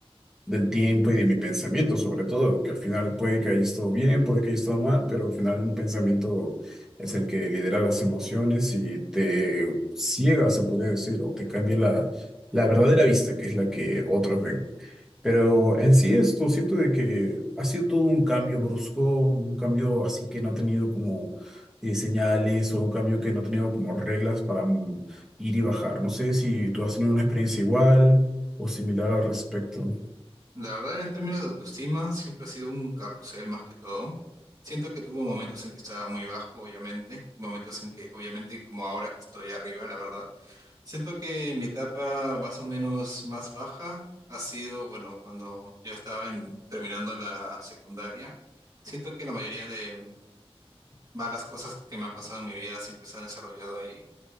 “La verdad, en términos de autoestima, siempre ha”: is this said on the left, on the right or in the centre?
Right